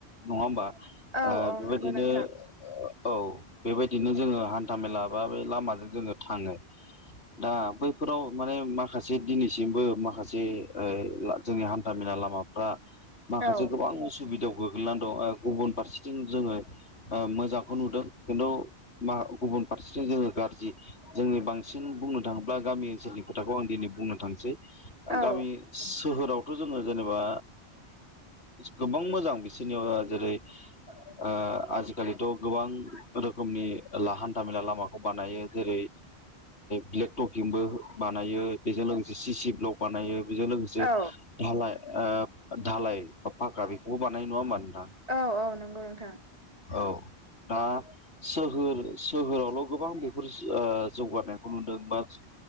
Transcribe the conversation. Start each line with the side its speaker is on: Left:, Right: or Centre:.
Left: नङा होमबा
Right: औ औ
Left: बेबायदिनो
Right: नंगौ नोंथां
Left: औ बेबायदिनो जोङो हान्था मेला बा बे लामाजों जोङो थाङो। दा बैफोराव माने माखासे से दिनैसिमबो माखासे ओ जोंनि हान्थामेला लामाफ्रा। माखासे
Right: औ
Left: गोबां उसुबिदाव। गोग्लैनानै दं गुबुन फारसेथिं जोङो मोजांखौ नुदों खिन्थु मा गुब गुबुन फारसेथिं जोङो गाज्रि जोंनि बांसिन बुंनो थाङोब्ला गामि ओनसोलनि खोथाखौ आं दिनै बुंनो थांसै
Right: औ
Left: गामि सोहोरावथ' जोङो जेनेबा गोबां मोजां बिसोरनियाव जेरै। ओ आजिखालिथ' गोबां रोखोमनि हान्था मेला लामाखौ बानायो जेरै। ब्लेक टफिंबो बानायो। बेजों लोगोसे सिसि ब्लक बानायो बेजों लोगोसे
Right: औ
Left: धालाय धालाय बा फाखा बेखौबो बानाय नङाबा।
Right: औ औ नंगौ नोंथां।
Left: अऔ। दा सोहोर सोहोरावल' गोबां बेफोर ओ जौगानायखौ नुदों बा-